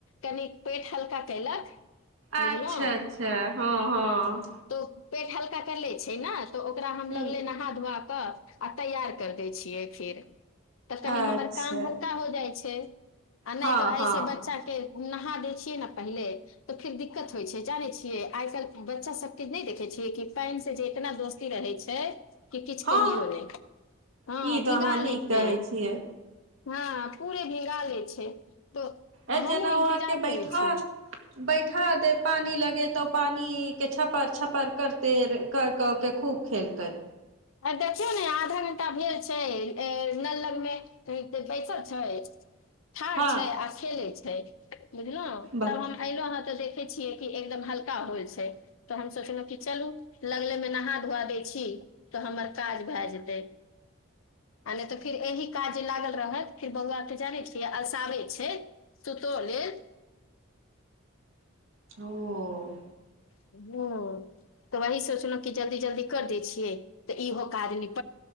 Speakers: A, on the left (about 80°); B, on the right (about 75°).
A: कनिक पेट हल्का कयलक
B: अच्छा
A: बुझलहुँ
B: अच्छा हँ हँ
A: तो पेट हल्का कर ले छै न तऽ ओकरा हम
B: ह
A: लगले नहा धुआ कऽ आ तैयार कर दै छियै फेर तऽ कनि
B: अच्छा
A: हमर काम हल्का हो जाइ छै छै आ नय
B: हँ
A: तऽ
B: हँ
A: ऐसे बच्चा के नहा दै छियै ने पहिले तऽ फेर दिक्कत होइ छै जानै छियै आइ काल्हि बच्चा सब नहि देखै छियै कि पानन से जे इतना दोस्ती रहै छै कि किछु
B: हँ
A: कहियो ने हँ
B: ई तऽ
A: भिगा
B: अहाँ नीक
A: ले छै
B: कहै छियै
A: हँ पूरे भीगा ले छै तऽ
B: अ
A: हमहुँ
B: जेना
A: इन्तजार
B: हुआ के बैठा
A: करै छियै
B: बै खा दे पानी लगे तऽ पानि छप छपार करते खूब खेलतय
A: आ देखियौ ने आधा घं्टा भेल छै ए न लगमे बै सब छै ठाढ़
B: हँ
A: छै आ खेले छै त बुझल
B: बस
A: तब हम आइल हाँ तऽ देखै छियै कि एकदम हल्का होल छै तऽ हम सोचलहुं कि चलू लगलेमे नहा धुआ दै छी तऽ हमर काज भए जेतै आ नहि तऽ फिर एहि काज जे लागल रहत फिर बौआ के जानै छियै अलसाबे छै सुतो लेल
B: ओ
A: <inaudible> ह तऽ वही सोचलहु क जल्दी जल्दी कर दै छियै तऽ इहो काज न